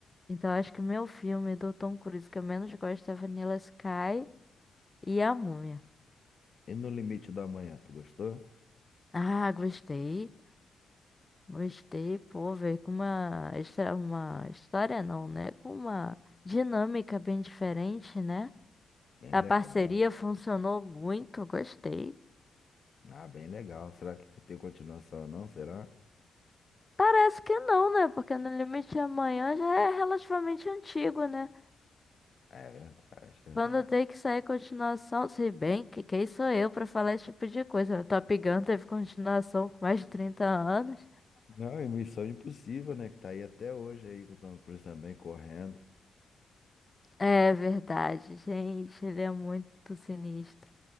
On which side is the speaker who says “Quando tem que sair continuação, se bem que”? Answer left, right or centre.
Left